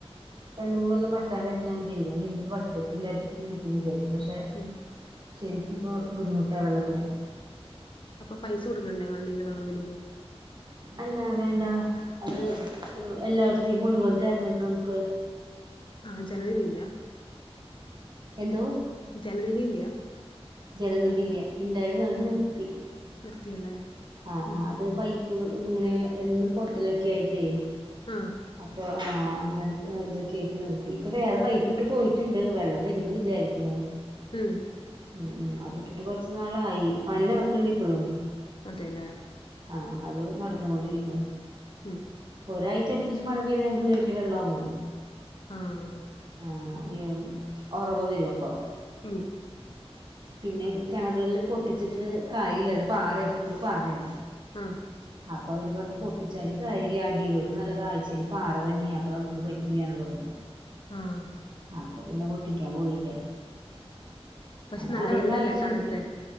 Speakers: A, on the right; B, on the left.
A: രണ്ട് മൂന്നെല്ലാം വാറ്റതായപ്പോ ഞാൻ ദൈവം എനിക്ക് പറ്റത്തില്ല ഇരിക്കുന്നു വിചാരിച്ചു പക്ഷെ
B: ഉം
A: ശരിക്ക് ഇപ്പോ ബുദ്ധിമുട്ടാണ് വെള്ളത്തിന്
B: അപ്പൊ പൈസ കൊടുക്കണ്ടേ വണ്ടിയില് വെള്ളം വരുമ്പോ
A: അല്ല വേണ്ട അത്
B: ആഹ്
A: എല്ലായിടത്തേും കൊണ്ട വന്ന തരണത് നമുക്ക്
B: ആഹ് ജലനിധിന്റ
A: എന്തോ
B: ജലനിധിയ്ന്റയാ
A: ജലനിധി ഇല്ല ഇണ്ടായിരുന്നു അത് നിർത്തി
B: നിർത്തിയല്ലേ
A: ആഹ്
B: ഉം
A: ആഹ് അത് പൈപ്പ് ഇങ്ങനെ എന്നും പൊട്ടലൊക്കെ ആയിട്ടേ
B: ആഹ്
A: അപ്പൊ ആഹ് അങ്ങനെ ഇതൊക്കെ ആയിട്ട് നിർത്തി ഇപ്പൊ വേറെ പയിപ്പിട്ട് പോയിട്ടുണ്ട് വെള്ളം വരുന്ന് വിചാരിക്കും ഉം
B: ഉം
A: ഉം അത്ട്ടിട്ട് കുറച്ച നാളായി പണി നടക്കണ്ട് ഇപ്പോഴും
B: അതെലെ
A: ആഹ് ആഹ് അത് നടന്നുകൊണ്ടിരിക്ണ്
B: ഉം
A: ഒരാഴ്ച അടുപ്പിച്ചു മഴപെയ്തങ്ങൾക്ക് കേന്ട്ടിൽ വെള്ളമാവും
B: ആഹ്
A: ആഹ് ഏഹ് ഉറവ് വരും അപ്പൊ
B: ഉം
A: പിന്നെ
B: ഉം
A: കിണറുകളില്ൽ പൊട്ടിച്ചിട്ട് കാര്യല്ല അത് പാറ ഫുള്ളും പാറയണ്
B: ആഹ്
A: അപ്പൊ അവര് പറഞ്ഞ് പൊട്ടിച്ചാല് കാര്യില്ല അടിയിലോട്ട് നല്ല താഴ്ചയിൽ പാറ തന്നെയാണ് അപ്പം നമുക്ക് പറ്റില്ല എന്ന് പറഞ്ഞു.
B: ആഹ്
A: അപ്പൊ പിന്നെ പൊട്ടിക്കാൻ പോയില്ല
B: പക്ഷെ
A: അ
B: നല്ല
A: അധികം
B: വെള്ളല്ലേ
A: താഴ്ച്ചൊന്നില്ല.
B: തണുത്തെ